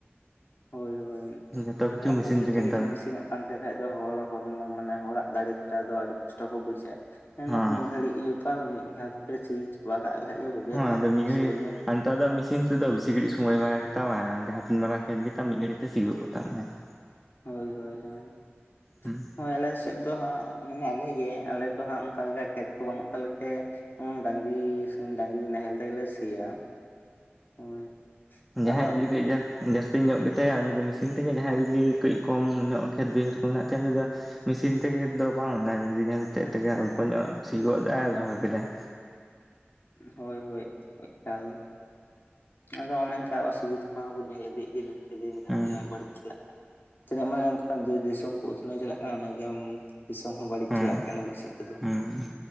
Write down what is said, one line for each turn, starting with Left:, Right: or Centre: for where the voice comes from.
Left: ᱦᱚᱭ ᱦᱚᱭ
Centre: ᱡᱚᱛᱚ
Left: ᱢᱟᱱᱮ
Centre: ᱠᱤᱪᱷᱩ
Left: ᱮᱠᱷᱚᱱ
Centre: ᱢᱮᱥᱤᱱ
Left: ᱫᱚ ᱡᱚᱛᱚ
Centre: ᱛᱮᱜᱮ ᱱᱮᱛᱟᱨ
Left: ᱠᱤᱪᱷᱩ ᱢᱮᱥᱤᱱᱟᱜ ᱠᱟᱱ ᱛᱮ ᱠᱷᱟᱡ ᱫᱚ ᱦᱚᱲ ᱦᱚᱲᱢᱚ ᱢᱟᱱᱮ ᱦᱚᱲᱟᱜ ᱫᱟᱲᱮ ᱠᱷᱟᱴᱟᱣ ᱫᱚ ᱟᱹᱰᱤ ᱠᱚᱥᱴᱚ ᱠᱚ ᱵᱩᱡᱟ ᱾ ᱢᱮᱱ
Centre: ᱦᱮᱸ
Left: ᱫᱟᱠᱚ ᱢᱤᱫ ᱜᱷᱟᱟᱹᱲᱤᱡ ᱵᱮᱯᱟᱨ ᱢᱤᱫ ᱜᱷᱟᱲ ᱛᱮ ᱥᱤ ᱪᱟᱵᱟ ᱠᱟᱜ ᱞᱮᱠᱷᱟᱡ ᱜᱮ ᱵᱷᱩᱜᱤᱭᱟ
Centre: ᱦᱮᱸ
Left: ᱛᱤᱱᱟᱜ
Centre: ᱟᱫᱚ
Left: ᱛᱮᱜᱤ
Centre: ᱢᱤᱫ ᱜᱷᱟᱹᱲᱤᱡ
Left: ᱥᱤᱭᱟᱵᱚᱫᱚ
Centre: ᱟᱨ ᱱᱮᱛᱟᱨ ᱫᱚ ᱢᱮᱥᱤᱱ ᱛᱮᱫ ᱵᱤᱥᱤ ᱜᱷᱟᱹᱲᱤᱡ ᱥᱚᱢᱚᱭ ᱵᱟᱭ ᱦᱟᱛᱟᱣᱟ ᱟᱨ ᱡᱟᱦᱟᱸ ᱛᱤᱱ ᱢᱟᱨᱟᱝ ᱠᱷᱮᱛ ᱜᱮᱛᱟᱢ ᱢᱤᱫ ᱜᱷᱟᱹᱲᱤᱡ ᱛᱮ ᱥᱤ ᱜᱚᱫ ᱠᱟᱛᱟᱢᱟᱭ ᱾
Left: ᱦᱚᱭ ᱦᱚᱭ ᱦᱚᱭ ᱾
Centre: ᱦᱩᱸ
Left: ᱦᱚᱭ ᱟᱞᱮᱥᱮᱫ ᱫᱚ ᱦᱟᱸᱜ ᱢᱟᱱᱮ ᱟᱞᱮ ᱜᱮ ᱟᱞᱮ ᱫᱚ ᱦᱟᱸᱜ ᱚᱱᱠᱟ ᱞᱮᱠᱟ ᱠᱷᱮᱛ ᱠᱚ ᱵᱟᱹᱱᱩᱜ ᱛᱟᱞᱮ ᱛᱮ ᱦᱚᱸ ᱰᱟᱝᱨᱤ ᱥᱮ ᱰᱟᱝᱨᱤ ᱱᱟᱦᱮᱞ ᱛᱮᱜᱞᱮ ᱥᱤᱭᱟ᱾ ᱦᱳᱭ
Centre: ᱦᱩᱸ ᱡᱟᱦᱟᱸ
Left: ᱟᱫᱚ
Centre: ᱡᱩᱫᱤ ᱠᱟᱹᱡ ᱡᱟᱹᱥ, ᱡᱟ. ᱥ ᱛᱤ ᱧᱚᱜ ᱜᱮᱛᱟᱭᱟ ᱩᱱᱤ ᱫᱚ ᱢᱮᱥᱤᱱ ᱛᱮᱜᱮ ᱡᱟᱦᱟᱸᱭ ᱡᱩᱫᱤ ᱠᱟᱹᱡ ᱠᱚᱢ ᱧᱚᱜ ᱠᱷᱮᱛ ᱵᱟᱹᱭᱦᱟᱹᱲ ᱠᱚ ᱢᱮᱱᱟᱜ ᱛᱟᱭᱟ ᱩᱱᱤ ᱫᱚ ᱢᱮᱥᱤᱱ ᱛᱮᱜᱮ ᱫᱚ ᱵᱟᱝ ᱰᱟᱝᱨᱤ ᱱᱟᱦᱮᱞ ᱛᱮ ᱛᱮᱜᱮ ᱚᱞᱯᱚ ᱧᱚᱜ ᱥᱤ ᱜᱚᱫ ᱞᱮᱜ-ᱟᱭ ᱨᱚᱦᱚᱭ ᱠᱮᱫᱟᱭ᱾
Left: ᱦᱚᱭ ᱦᱚᱭ ᱮᱠᱟᱞ ᱟᱫᱚ ᱚᱱᱮ ᱚᱱᱠᱟ ᱚᱥ <unintelligible> ᱢᱟ ᱵᱚᱱ ᱧᱮᱞ ᱤᱫᱤᱭᱮᱫ ᱜᱮ ᱫᱤᱱ ᱠᱮ‌
Centre: ᱦᱩᱸ
Left: ᱫᱤᱱ ᱵᱟᱹᱲᱤᱡ ᱪᱟᱞᱟᱜ ᱠᱟᱱᱟ ᱾ ᱛᱤᱱᱟᱹᱜ ᱢᱟᱱᱮ ᱚᱱᱠᱟ ᱫᱤᱥᱚᱢ ᱠᱚ ᱩᱛᱱᱟᱹᱣ ᱪᱟᱞᱟᱜ ᱠᱟᱱᱟ ᱩᱱᱟᱹᱜ ᱜᱮ ᱫᱤᱥᱚᱢ ᱦᱚᱸ ᱵᱟᱲᱤᱡ
Centre: ᱦᱩᱸ
Left: ᱪᱟᱞᱟᱜ ᱠᱟᱱᱟ ᱢᱤᱫ ᱥᱮᱫ ᱛᱮᱫᱚ
Centre: ᱦᱩᱸ
Left: ᱾